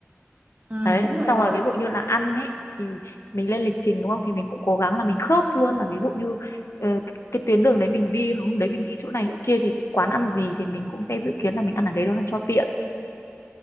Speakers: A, on the right; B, on the left.
A: ừ,
B: đấy
A: đúng rồi
B: xong
A: đó
B: rồi ví dụ như là ăn ấy thì mình lên lịch trình đúng không thì mình cũng cố gắng là mình khớp luôn là ví dụ như ờ, cái, cái tuyến đường đấy mình đi hôm đấy mình đi chỗ này chỗ kia thì quán ăn gì thì mình cũng sẽ dự kiến là mình ăn ở đấy đâu ăn cho tiện